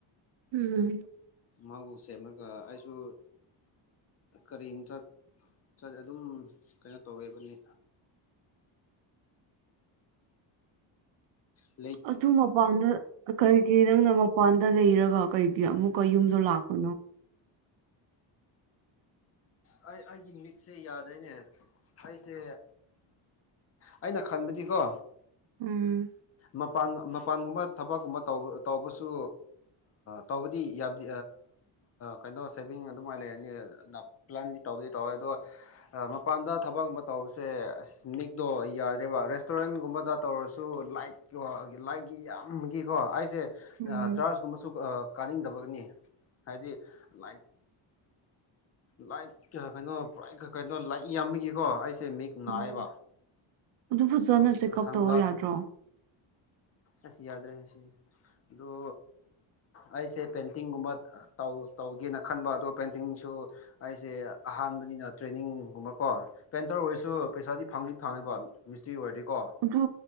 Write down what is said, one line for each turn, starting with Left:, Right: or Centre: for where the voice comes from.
Right: ꯎꯝ
Left: ꯃꯥꯕꯨ ꯁꯦꯝꯂꯒ ꯑꯩꯁꯨ ꯀꯔꯤꯝꯇ ꯆꯠꯂ ꯑꯗꯨꯝ ꯀꯩꯅꯣ ꯇꯧꯋꯦꯕꯅꯤ ꯎꯝ
Right: ꯑꯗꯨ ꯃꯄꯥꯟꯗ ꯀꯩꯒꯤ ꯅꯪꯅ ꯃꯄꯥꯟꯗ ꯂꯩꯔꯒ ꯀꯩꯒꯤ ꯑꯃꯨꯛꯀ ꯌꯨꯝꯗꯣ ꯂꯥꯛꯄ
Left: ꯑ ꯑꯩ ꯑꯩꯒꯤ ꯃꯤꯠꯁꯦ ꯌꯥꯗ꯭ꯔꯦꯅꯦ ꯑꯩꯁꯦ ꯑꯩꯅ ꯈꯟꯕꯗꯤꯀꯣ
Right: ꯎꯝ
Left: ꯃꯄꯥꯟ ꯃꯄꯥꯟꯒꯨꯝꯕ ꯊꯕꯛꯀꯨꯝꯕ ꯇꯧꯕ ꯇꯧꯕꯁꯨ ꯇꯧꯕꯗꯤ ꯌꯥꯗꯤ ꯀꯩꯅꯣ ꯁꯦꯚꯤꯡ ꯑꯗꯨꯃꯥꯏꯅ ꯂꯩꯔꯅꯤ ꯄ꯭ꯂꯥꯟꯗꯤ ꯇꯧꯕꯗꯤ ꯇꯧꯋꯦ ꯑꯗꯣ ꯃꯄꯥꯟꯗ ꯊꯕꯛꯀꯨꯝꯕ ꯇꯧꯕꯁꯦ ꯑꯁ ꯃꯤꯛꯇꯣ ꯌꯥꯗ꯭ꯔꯦꯕ ꯔꯦꯁꯇꯨꯔꯦꯟꯒꯨꯝꯕꯗ ꯇꯧꯔꯁꯨ ꯂꯥꯏꯛꯣ ꯂꯥꯏꯛꯒꯤ ꯌꯥꯝꯒꯤꯀꯣ ꯑꯩꯁꯦ
Right: ꯎꯝ
Left: ꯆꯥꯔꯖꯀꯨꯝꯕꯁꯨ ꯀꯥꯅꯤꯡꯗꯕꯒꯅꯤ ꯍꯥꯏꯗꯤ ꯂꯥꯏꯛ ꯂꯥꯏꯛ ꯀꯩꯅꯣꯥꯏ ꯀꯩꯅꯣ ꯂꯥꯏꯛ ꯌꯥꯝꯃꯤꯒꯤꯀꯣ ꯑꯩꯁꯦ ꯃꯤꯛ ꯅꯥꯏꯌꯦꯕ
Right: ꯎꯝ ꯑꯗꯨ ꯐꯖꯅ
Left: ꯁꯣ
Right: ꯆꯦꯛꯑꯞ
Left: ꯁꯟ
Right: ꯇꯧꯕ
Left: ꯒ꯭ꯂꯥꯁ
Right: ꯌꯥꯗ꯭ꯔꯣ
Left: ꯑꯁꯤ ꯌꯥꯗ꯭ꯔꯦ ꯑꯁꯤ ꯑꯣ ꯑꯩꯁꯦ ꯄꯦꯟꯇꯤꯡꯒꯨꯝꯕ ꯇꯧꯒꯦꯅ ꯈꯟꯕ ꯑꯗꯨꯒ ꯄꯦꯟꯇꯤꯡꯁꯨ ꯑꯩꯁꯦ ꯑꯍꯥꯟꯕꯅꯤꯅ ꯇ꯭ꯔꯦꯅꯤꯡꯒꯨꯝꯕ ꯀꯣ ꯄꯦꯟꯇꯔ ꯑꯣꯏꯔꯁꯨ ꯄꯩꯁꯥꯗꯤ ꯐꯪꯗꯤ ꯐꯪꯉꯦꯕ ꯃꯤꯁꯇ꯭ꯔꯤ ꯑꯣꯏꯔꯗꯤꯀꯣ
Right: ꯑꯗꯨ